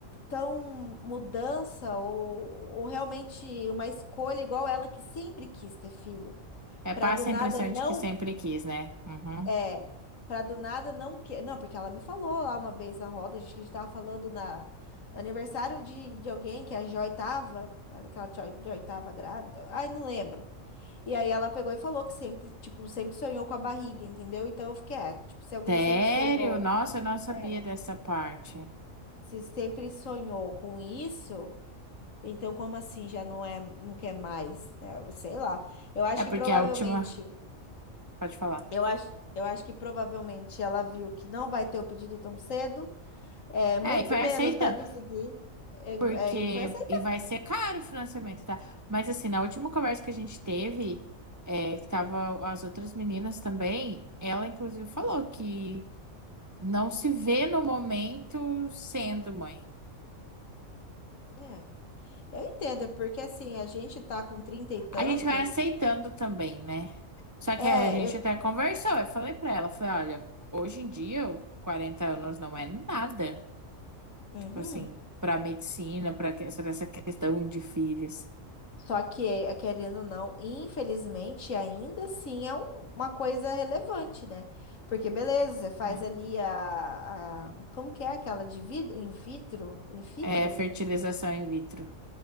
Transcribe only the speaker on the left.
tão mudança ou, ou realmente uma escolha igual ela que sempre quis ter filho.
Pra
do nada
não
é, pra do nada não que, não, porque ela me falou lá uma vez na roda, a gente, a gente tava falando na no aniversário de, de alguém que a Joy tava, olha que a Joy, Joy tava grávida. Ai, não lembro. E aí ela pegou e falou que sempre, tipo, sempre sonhou com a barriga, entendeu? Então eu fiquei, é, tipo, se alguém
sempre sonhou,
é,
se sempre sonhou com isso, então como assim já não é, não quer mais, né? Sei lá. Eu acho
que
provavelmente
Eu acho, eu acho que provavelmente ela viu que não vai ter o pedido tão cedo, é, muito
menos vai conseguir. é,
é, e foi essa.
É, eu entendo, é porque assim, a gente tá com trinta e tantos.
É,
eu.
Uhum.
Só que, é, querendo ou não, infelizmente, ainda assim é um- uma coisa relevante, né? Porque, beleza, você faz
ali a, a- Como que é aquela de vidro? In vitro? In vitro?